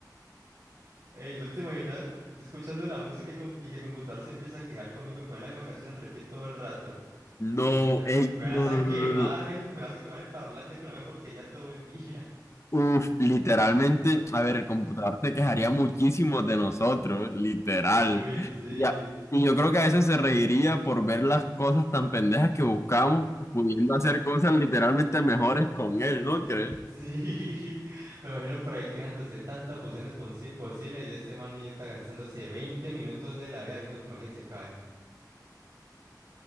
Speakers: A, on the right; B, on the left.
A: Ey, ¿vos te imaginas? Yo escuchando la música y, com- y que el computador se empieza a quejar conmigo, poner la misma canción en repeat todo el rato.
B: No,
A: Decir, "Mierda,
B: hey,
A: ¿cómo- me
B: no,
A: vas a
B: no,
A: quemar
B: no, no, no.
A: el, me vas a quemar el parlante con la misma porquería todo el día. <laughs>
B: Uf, literalmente, a ver, el computador se quejaría muchísimo de nosotros, literal.
A: Uy, sí.
B: Ya. Y yo creo que a veces se reiría por ver las cosas tan pendejas que buscamos, pudiendo hacer cosas literalmente mejores con él, ¿no
A: Lite-
B: crees?
A: <laughs> Sí, me imagino por ahí quejándose de tantas funciones ponsi- posibles y este manita gastándose 20 minutos de la vida viendo cómo alguien se cae.